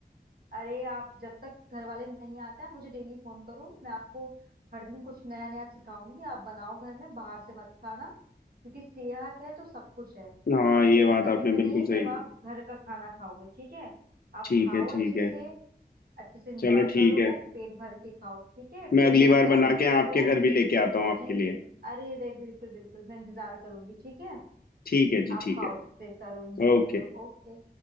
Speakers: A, on the right (about 65°); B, on the left (about 65°).
A: अरे आप जब तक घर वाले नहीं आते आप मुझे डेली फोन करो मैं आपको हर दिन कुछ नया नया सिखाऊंगी आप बनाओ घर में बाहर से मत खाना क्योंकि सेहत है तो सब कुछ है
B: हाँ
A: और सेहत
B: ये बात
A: तभी
B: आपने
A: बनेगी
B: बिल्कुल सही
A: जब
B: की।
A: आप घर का खाना खाओगे ठीक है आप
B: ठीक
A: खाओ
B: है
A: अच्छे
B: ठीक है
A: से अच्छे से एंजॉय
B: चलो ठीक
A: करो
B: है
A: पेट भर के खाओ ठीक है फिर
B: मैं अगली
A: मिलते
B: बार बना
A: हैं हाँ
B: के आपके
A: कुछ हो
B: घर भी लेके आता हूँ
A: जी
B: आपके लिए
A: जी अरे अरे बिल्कुल बिल्कुल मैं इंतजार करूंगी ठीक है
B: ठीक है जी
A: आप
B: ठीक
A: खाओ अच्छे से करो
B: है
A: एंजॉय
B: ओके
A: करो ओके